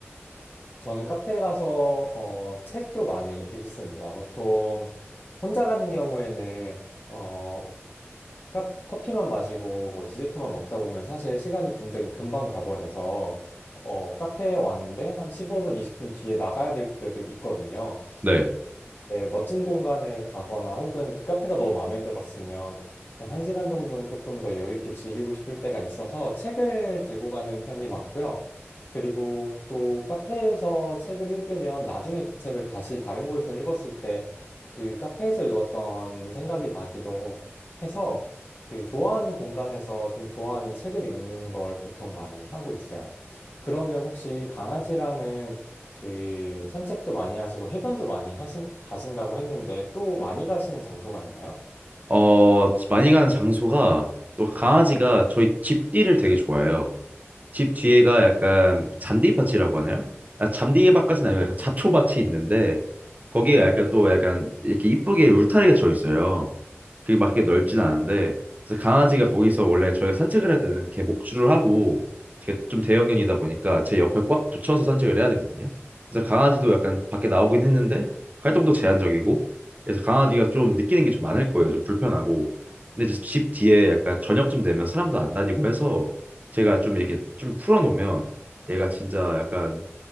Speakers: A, on the left; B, on the right.
A: 저는 카페에 가서 어, 책도 많이 읽습니다. 보통 혼자 가는 경우에는 어, 카- 커피만 마시고 뭐 디저트만 먹다 보면 사실 시간이 굉장히 금방 가버려서 어, 카페에 왔는데 한 15분, 20분 뒤에 나가야 될 때도 있거든요.
B: 네.
A: 그- 네, 멋진 공간에 가거나 혹은 그 카페가 너무 마음에 들었으면 보통 한 시간 정도는 조금 더 여유 있게 즐기고 싶을 때가 있어서 책을 들고 가는 편이 많고요. 그리고 또 카페에서 책을 읽으면 나중에 그 책을 다시 다른 곳에서 읽었을 때 그 카페에서 읽었던 생각이 나기도 해서 그 좋아하는 공간에서 좀 좋아하는 책을 읽는 걸 보통 많이 하고 있어요. 그러면 혹시 강아지랑은 그 산책도 많이 하시고 해변도 많이 하신, 가신다고 했는데 또 많이 가시는 장소가 있나요?
B: 어, 많이 가는 장소가 또 강아지가 저희 집띠를 되게 좋아해요. 집 뒤에가 약간 잔디밭이라고 하나요? 아, 잔디밭까지는 아니고 약간 잡초밭이 있는데 거기에 약간 또 약간 이렇게 이쁘게 울타리가 쳐 있어요. 그게 막 이렇게 넓진 않은데 그래서 강아지가 거기서 원래 저희가 산책을 할 때는 이렇게 목줄을 하고 이게 좀 대형견이다 보니까 제 옆에 꽉 붙여서 산책을 해야 되거든요. 그래서 강아지도 약간 밖에 나오긴 했는데 활동도 제한적이고 그래서 강아지가 좀 느끼는 게 좀 많을 거예요. 좀 불편하고 근데 이제 집 뒤에 약간 저녁쯤 되면 사람도 안 다니고 해서 제가 좀 이렇게 좀 풀어놓으면 얘가 진짜 약간